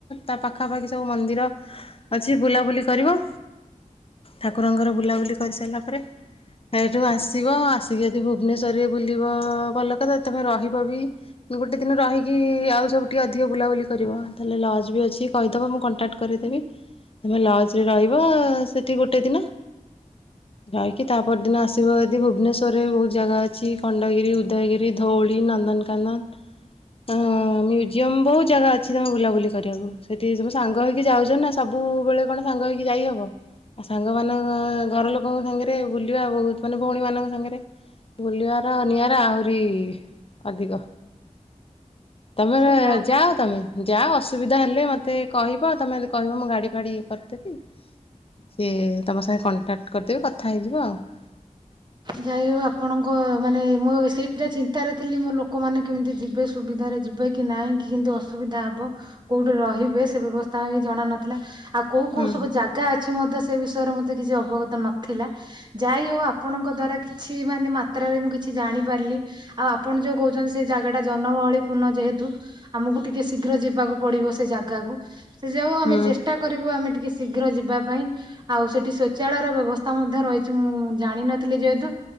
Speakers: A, on the left; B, on the right.
A: ତା ପାଖାପାଖି ସବୁ ମନ୍ଦିର ଅଛି ବୁଲାବୁଲି କରିବ। ଠାକୁରଙ୍କର ବୁଲାବୁଲି କରିସାରିଲା ପରେ ଏଇଠୁ ଆସିବ ଆସିକି ଯଦି ଭୁବନେଶ୍ୱରରେ ବୁଲିବ ଭଲ କଥା। ତମେ ରହିବ ବି ଗୋଟେ ଦିନ ରହିକି ଆଉ ସବୁଠି ଅଧିକ ବୁଲାବୁଲି କରିବ, ତାହେଲେ ଲଜ୍ ବି ଅଛି କହିଦେବ ମୁଁ କଣ୍ଟାକ୍ଟ କରିଦେବି। ତମେ ଲଜରେ ରହିବ ସେଠି ଗୋଟେ ଦିନ।
B: <inaudible>
A: ଯାଇକି ତାପରଦିନ ଆସିବ ଯଦି ଭୁବନେଶ୍ୱରରେ ବହୁତ ଜାଗା ଅଛି ଖଣ୍ଡଗିରି ଉଦୟଗିରି ଧଉଳି ନ ନ୍ଦନକାନନ ହଁ ମ୍ୟୁଜିୟମ ବହୁତ ଜାଗା ଅଛି ତମ ବୁଲାବୁଲି କରିବାକୁ। ସେଠି ତମ ସାଙ୍ଗ ହେଇକି ଯାଉଛ ନା ସବୁ ସବୁବେଳେ କଣ ସାଙ୍ଗ ହେଇକି ଯାଇହବ ଆ ସାଙ୍ଗ ମାନଙ୍କ ଘର ଲୋକଙ୍କ ସାଙ୍ଗରେ ବୁଲିବା ବହୁତ ମାନେ ଭଉଣୀ ମାନଙ୍କ ସାଙ୍ଗରେ ବୁଲିବାର ନିଆରା ଆହୁରି ଅଧିକ । ତମର
B: ସେ ଯା
A: ଯାଅ ତମେ ଯାଅ। ସୁବିଧା ହେଲେ ମୋତେ କହିବ ତମେ କହିବ ମୁଁ ଗାଡ଼ି ଫାଡ଼ି ଇଏ କରିଦେବି । ସିଏ ତମ ସାଙ୍ଗେ କଣ୍ଟାକ୍ଟ କରିଦେବି କଥା ହେଇଯିବ ଆଉ ।
B: ଯାଇ ହଉ ଆପଣଙ୍କ ମାନେ ମୁଁ ସେଇଟା ଚିନ୍ତାରେ ଥିଲି ମୋ ଲୋକମାନେ କେମିତି ଯିବେ ସୁବି ଧରେ ଯିବେ କି ନାଇଁ କି କିନ୍ତୁ ଅସୁବିଧା ହବ କୋଉଠି ରହିବେ ସେ ବ୍ୟବସ୍ଥା ବି ଜଣା ନଥିଲା । ଆଉ କୋଉ କୋଉ
A: ହୁଁ
B: ସବୁ ଜାଗା ଅଛି ମଧ୍ୟ ସେ ବିଷୟରେ ମତେ କିଛି ଅବଗତ ନଥିଲା। ଯାହା ହଉ ଆପଣଙ୍କ ଦ୍ଵାରା କିଛି ଛି ମାନେ ମାତ୍ରାରେ ମୁଁ କିଛି ଜାଣିପାରିଲି। ଆଉ ଆପଣ ଯୋଉ କହୁଛନ୍ତି ସେ ଜାଗାଟା ଜନଗହଳି ପୂର୍ଣ୍ଣ ଯେହେତୁ ଆମକୁ ଟିକେ ଶୀଘ୍ର ଯିବାକୁ ପଡ଼ିବ ସେ ଜାଗାକୁ। ସେ ଯାଉ ଆମେ
A: ହୁଁ
B: ଚେଷ୍ଟା କରିବୁ ଆମେ ଟିକେ ଶୀ ଶୀଘ୍ର ଯିବା ପାଇଁ ଆଉ ସେଠି ଶୌଚାଳୟର ବ୍ୟବସ୍ଥା ମଧ୍ୟ ରହିଚି ମୁଁ ଜାଣି ନ ଥିଲି । କହୁଥିଲେ ଯେହେତୁ,